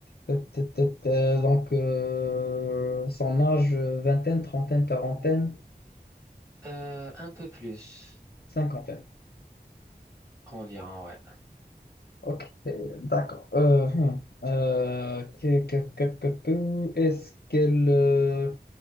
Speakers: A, on the left (about 75°); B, on the right (about 20°).
A: ta- ta- ta- ta- donc, euh, son âge, euh, vingtaine, trentaine, quarantaine,
B: Euh, un peu plus,
A: cinquantaine.
B: environ, ouais.
A: Ok, d'accord. Euh, hmm. Euh, que- que- que- que- que- est-ce qu'elle euh,